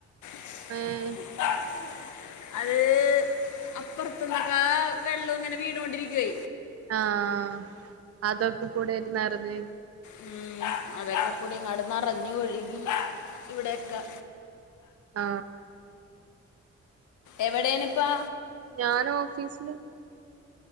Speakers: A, on the left; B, on the right.
A: <unintelligible>
B: ഏഹ്
A: അത് അപ്പുറത്തന്നൊക്കെ വെള്ളം ഇങ്ങനെ വീണോണ്ടിരിക്കുവേ.
B: ആഹ് അതൊക്കെ കൂടെ നിറഞ്ഞ്
A: ഉം അതൊക്കെ കൂടി ഇങ്ങാട് നിറഞ്ഞ് ഒഴുകി ഇവിടെയൊക്കെ
B: ഉം ആഹ്
A: എവിടേനിപ്പാ
B: <unintelligible> ഞാന് ഓഫീസില്